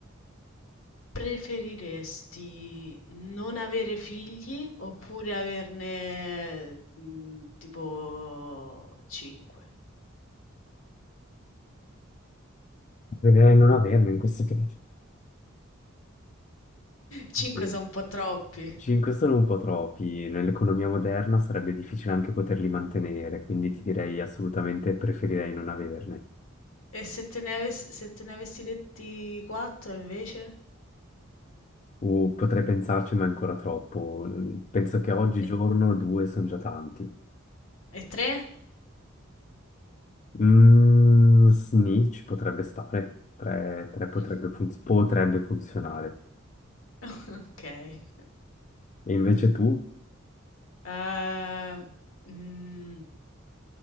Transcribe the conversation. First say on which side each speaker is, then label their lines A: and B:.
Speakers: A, on the left (about 80°); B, on the left (about 35°).
A: Preferiresti non avere figli oppure averne, mhmm, tipo 5?
B: Preferirei non averne in questo caso.
A: 5
B: Sì.
A: so' <laughs> un po' troppi.
B: Cinque sono un po' troppi. Nell'economia moderna sarebbe difficile anche poterli mantenere, quindi ti direi assolutamente preferirei non averne.
A: E se te ne aves se te ne avessi detti 4 invece?
B: O potrei pensarci, ma è ancora troppo. Penso che oggigiorno
A: E
B: due sono già tanti.
A: e 3?
B: Mm, sni ci potrebbe stare. Tre, tre
A: Mh,
B: potrebbe, fun- potrebbe funzionare.
A: <laughs> okay.
B: E invece tu?
A: Ehm, mhmm,